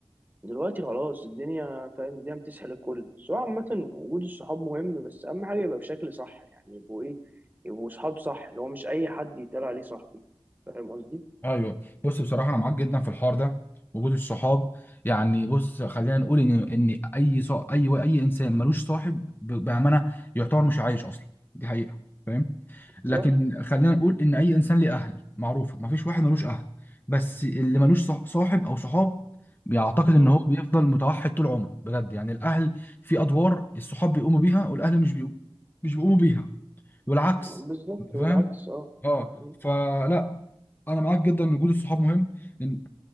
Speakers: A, on the right; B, on the left.
A: دلوقتي خلاص الدنيا فاهم الدنيا بتسحل الكل بس هو عامة وجود الصحاب مهم بس أهم حاجة يبقى بشكل صح يعني يبقوا إيه يبقوا صحاب صح اللي هو مش أي حد يتقال عليه صاحبي فاهم قصدي؟
B: ايوه بص بصراحه انا معاك جدا في الحوار ده وجود الصحاب يعني بص خلينا نقول ان ان اي صا... اي اي انسان ملوش صاحب ب- بامانه يعتبر مش عايش اصلا دي حقيقه فاهم لكن
A: صح
B: خلينا نقول ان اي انسان ليه اهل معروفه مفيش واحد ملوش اهل بس اللي ملوش صح- صاحب او صحاب يعتقد ان
A: مم.
B: هو بيفضل متوحد طول عمره بجد يعني الاهل في ادوار الصحاب بيقوموا بيها والاهل مش بيقوموا مش بيقوموا بيها والعكس
A: بالظبط والعكس
B: فاهم
A: أه
B: اه
A: مم.
B: فلا انا معاك جدا ان وجود الصحاب مهم ان